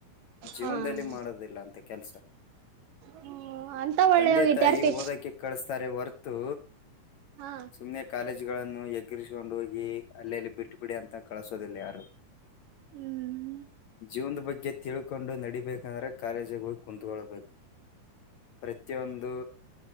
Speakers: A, on the left; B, on the right.
A: ಜೀವನದಲ್ಲಿ
B: ಹ
A: ಮಾಡದಿಲ್ಲ ಅಂತ ಕೆಲ್ಸ
B: ಹ್ಮ್ ಅಂತ ಒಳ್ಳೆಯ
A: ತಂದೆ
B: ವಿದ್ಯಾರ್ಥಿ
A: ತಾಯಿ ಓದಕ್ಕೆ ಕಳಿಸಸ್ತಾರೆ ಹೊರ್ತು
B: ಹಾ
A: ಸುಮ್ನೆ ಕಾಲೇಜ್ ಗಳನ್ನು ಎಗರಿಸಕೊಂಡು ಹೋಗಿ ಅಲ್ಲಲ್ಲಿ ಬಿಟ್ಟ ಬಿಿಡಿ ಅಂತ ಕಳಸೋದಿಲ್ಲ ಯಾರು
B: ಹ್ಮ್
A: ಜೀವನದ ಬಗ್ಗೆ ತಿಳ್ಕೊಂಡು ನಡಿೀಬೇಕಂದ್ರೆ ಕಾಲೇಜಿಗೆ ಹೋಗಿ ಕುತ್ಕೊಳ್ಬೇಕು ಪ್ರತಿಯೊಂದು